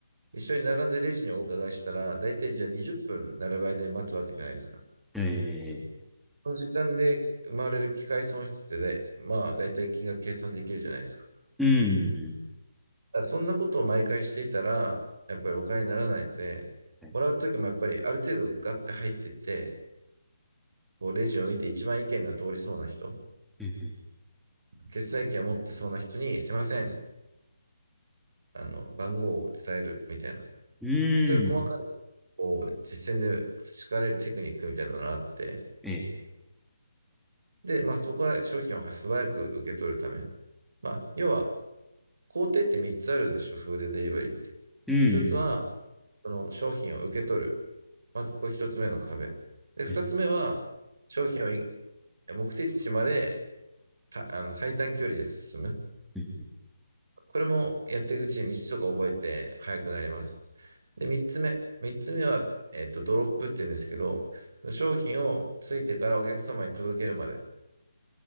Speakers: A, on the right; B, in the centre.
A: 一緒に並んでレジにお伺いしたら、大体じゃあ20分並ぶ間に待つわけじゃないですか。
B: ええ、
A: この時間で生まれる機会損失ってね、まあ、大体金額計算できるじゃないですか。
B: うん、
A: あそんなことを毎回していたら、やっぱりお金にならないので、
B: はい
A: もらうときもやっぱりある程度ガッて入ってって、こうレジを見て一番意見が通りそうな人、
B: うん
A: 決済権を持ってそうな人に、すいません、あの、番号を伝えるみたいな。
B: うん、
A: そういう細かい、
B: うん、
A: こう、実践で培われるテクニックみたいなのがあって、
B: ええ、
A: で、まあそこは商品を素早く受け取るため。まあ、要は、工程って3つあるんですよ、フードデリバリーって。
B: うん、
A: 1つは、その商品を受け取る。まずここ一つ目の壁。で、二つ目は、
B: ええ、
A: 商品を目的地までたあの最短距離で進む。
B: うん、
A: これもやっていくうちに道とか覚えて速くなります。で、三つ目。三つ目は、えっと、ドロップって言うんですけど、商品をついてからお客様に届けるまで。